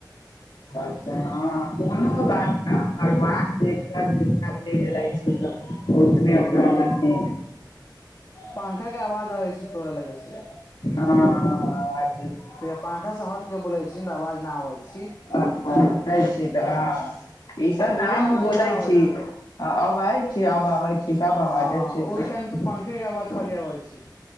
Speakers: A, on the left (about 85°); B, on the left (about 45°).
A: अच्छा हँ कोनो बात ना भगवान जे जित ल छै ओतने ओकरा
B: हूँ
A: ले
B: पंखा के आवाज आबै छी तोरा लगैसे
A: हअ
B: त पंखा से हट के बोलै छी तऽ आवाज नहि आबै छी
A: अच्छा सुनै छी तऽ हँ ई सब
B: तोरो
A: ना नू
B: आवाज
A: बोलै
B: न आबै
A: छी
B: छै
A: अब लाइल छी अब आबै छी तब बहा
B: हँ
A: दई छी
B: ओहि
A: की
B: टाइम से पंखे के आवाज खाली अबइ छी